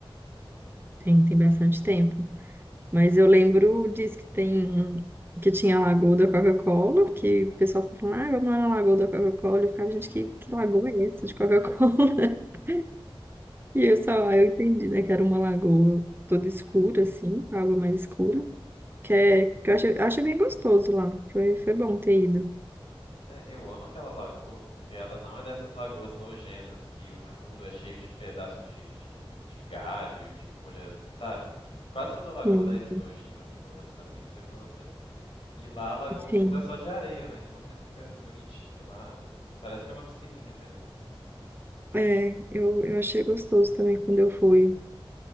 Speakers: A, on the left (about 75°); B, on the right (about 25°).
A: Uhum.
B: Tem, tem bastante tempo. Mas eu lembro disso que tem um- que tinha a Lagoa da Coca-Cola, que o pessoal ficava falando, ah, vamos lá na Lagoa da Coca-Cola. Eu ficava, gente,
A: <laughs>
B: que, que lagoa é essa de Coca-Cola? <laughs> E eu só, aí eu entendi, né, que era uma lagoa toda
A: Uhum.
B: escura, assim, com água mais escura. Que, é, que eu achei, achei bem gostoso lá. Foi, foi bom ter ido.
A: É, eu amo aquela lagoa porque ela não é dessas lagoas nojentas que o fundo é cheio de pedaço de, de, de galho, de folha, sabe? Que quase toda lagoa
B: Sim.
A: dá esse nojinho, assim, pelo menos pra mim, não sei pra você. E lá a lagoa,
B: Sim.
A: o fundo é só de areia, né? Então você fica bonitinho lá, não- parece que é uma piscininha mesmo, assim. não-
B: É, eu, eu achei gostoso também quando eu fui,